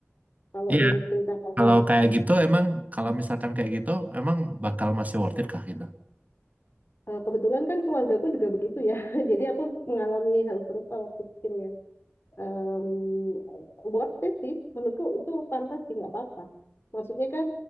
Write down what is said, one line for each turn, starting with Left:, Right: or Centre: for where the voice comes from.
Left: Kalau
Right: Iya,
Left: dari cerita kamu,
Right: kalau kayak gitu emang kalau misalkan kayak gitu emang bakal masih worth it kah gitu?
Left: Eh, kebetulan kan keluargaku juga begitu ya. <laughs> Jadi aku mengalami hal serupa waktu kecil ya. Em, worth it sih, menurutku itu pantas sih nggak apa-apa. Maksudnya kan